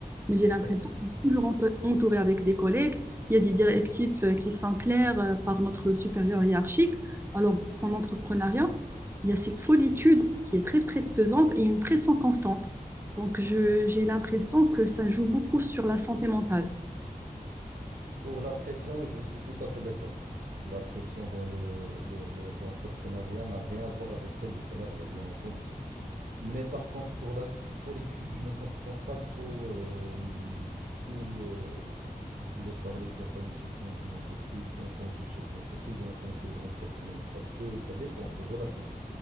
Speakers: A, on the right; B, on the right.
A: Mais
B: d'accord.
A: j'ai l'impression qu'on est toujours ento- entouré avec des collègues. Il y a des directives euh, qui sont claires euh, par notre supérieur hiérarchique, alors qu'en entrepreneuriat, il y a cette solitude qui est très, très pesante et une pression constante. Donc, je- j'ai l'impression que ça joue beaucoup sur la santé mentale.
B: Pour la pression, je suis tout à fait d'accord. La pression dans le, le- le- l'entrepreneuriat n'a rien à voir avec celle du salariat, bien entendu. Mais par contre, pour la solitude, je ne comprends pas trop euh, où euh, vous voulez parler de la solitude dans une entreprise en tant que chef d'entreprise ou en tant qu'entrepreneur, parce que ça dépend, c'est relatif,